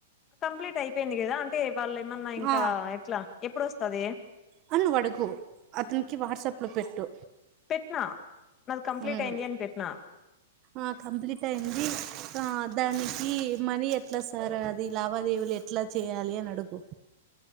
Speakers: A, on the left; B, on the right.
A: కంప్లీట్ అయిపోయింది కదా అంటే వాళ్ళు ఏమన్నా ఇంకా
B: ఆ
A: ఎట్లా ఎప్పుదోస్తాడి
B: అని నువ్వు అడుగు అతనికి వాట్సాప్లో పెట్టు
A: పెట్టినా వాళ్ళ కంప్లీట్
B: ఉమ్,
A: అయింది అని పెట్టినా
B: ఆ కంప్లీట్ అయింది ఆ దానికి మనీ ఎట్లా సార్ అది లావాదేవీలు ఎట్ ఏట్లా చేయాలి అనీ అడుగు